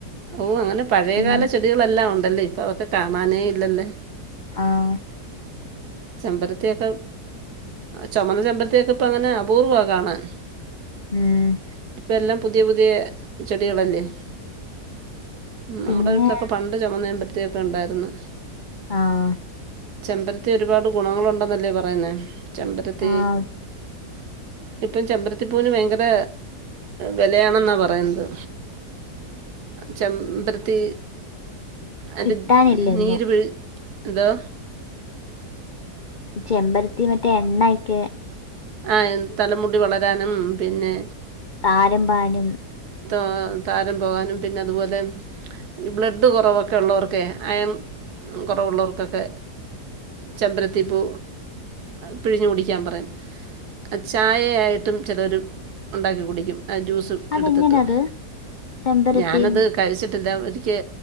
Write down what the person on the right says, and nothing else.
ഓഹ് അങ്ങനെ പഴയകാല
ചെടികളെല്ലാം ഉണ്ടല്ലേ ഇപ്പ അവക്കെ കാണാനേ ഇല്ലല്ലേ.
ചെമ്പരത്തിയക്കെ ചുമന്ന ചെമ്പരത്തിയൊക്കെ ഇപ്പ അങ്ങനെ അപൂർവ്വമാ കാണാൻ.
ഇപ്പ എല്ലാം പുതിയ പുതിയ ചെടികളല്ലേ? നമ്മുടെ
വീട്ടിലൊക്കെ പണ്ട് ചുമന്ന ചെമ്പരത്തൊക്കെ ഉണ്ടായിരുന്നു.
ചെമ്പരത്തി ഒരുപാട് ഗുണങ്ങളുണ്ടെന്നല്ലേ പറയുന്നെ. ചെമ്പരത്തി
ഇപ്പം ചെമ്പരത്തിപ്പൂന് ഭയങ്കര വിലയാണെന്നാ പറയുന്ന്. ചമ്പരത്തി. അയ്ന്റെ
നീര് പിഴ് എന്തോ
ആഹ് തലമുടി വളരാനും. പിന്നെ
ത താരൻ പോകാനും. പിന്നെ അതുപോലെ ഈ ബ്ലഡ് കുറവൊക്കെ ഉള്ളവർക്കെ അയണ് കുറവുള്ളവർക്കൊക്കെ. ചെമ്പരത്തിപൂ പിഴിഞ് കുടിക്കാൻ പറയും ചായയായിട്ടും ചിലർ ഉണ്ടാക്കി കുടിക്കും. ആഹ് ജ്യൂസ്.
എടുത്തിട്ട്
ഞാനത് കഴിച്ചിട്ടില്ല. എക്ക്